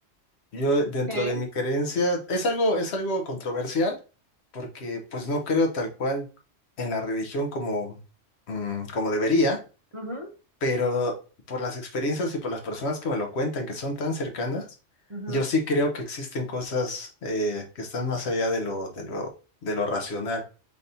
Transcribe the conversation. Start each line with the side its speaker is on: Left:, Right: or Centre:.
Left: Yo dentro
Right: Ok.
Left: de mi creencia es algo, es algo controversial porque pues no creo tal cual en la religión como, mm, como debería,
Right: Ujú,
Left: pero por las experiencias y por las personas que me lo cuentan, que son tan cercanas,
Right: ujú.
Left: yo sí creo que existen cosas eh, que están más allá de lo, de lo, de lo racional.